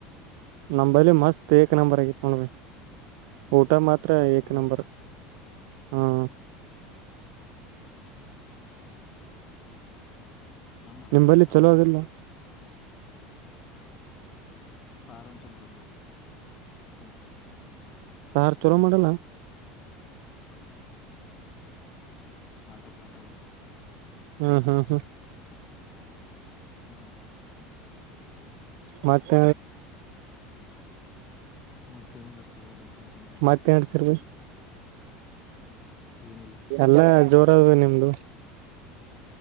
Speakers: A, on the right (about 60°); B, on the left (about 35°).
A: ನಂಬಲ್ಲಿ ಮಸ್ತ್ ಎಕ್ ನಂಬರ್ ಆಗಿತ್ತು ನೋ ಊಟಾ ಮಾತ್ರ ಎಕ್
B: ಎಗ್
A: ನಂಬರ್
B: ರೈಸ್
A: ಹ್ಮ
B: ನಮ್ ಮಾಡಲ್ಲ
A: ನಿಮ್ಬಲ್ಲಿ
B: ಸಾರು
A: ಚಲೋ ಆದಿಲ್ಲ -
B: ಸಾರಾಂಚೂರು ಮಾಡುಗ್ನು ಹ್
A: ಸಾರ್ ಚಲೋ ಮಾಡಲ್ಲ
B: ಆಟಕ್ ಆಟೆದು
A: ಹ್ಮ್ ಹ್ಮ್ ಹ್ಮ್
B: ಹ್ಮ್
A: ಮತ್ತ
B: ಮತ್ತೇನಿಲಪ್ಪಿ ಹಳ್ಬೇಕಲ್ಲ ನೀವ
A: ಮತ್ತೆ ಅಡ್ಸಿರ್
B: ಏನಿಲ್ಲಪ್ಪಾ
A: ಎಲ್ಲ ಜೋರದ ನಿಮ್ದು